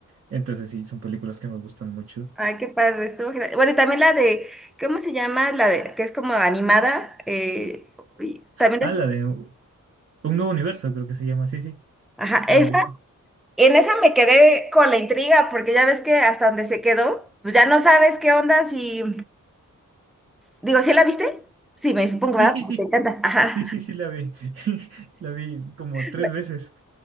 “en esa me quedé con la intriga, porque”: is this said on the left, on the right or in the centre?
Centre